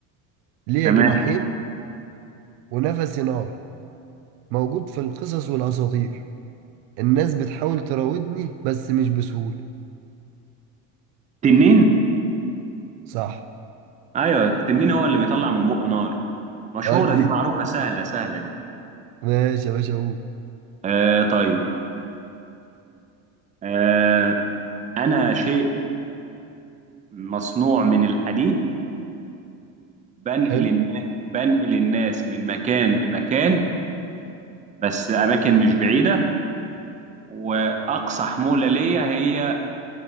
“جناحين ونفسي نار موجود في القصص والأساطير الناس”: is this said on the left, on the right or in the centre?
Right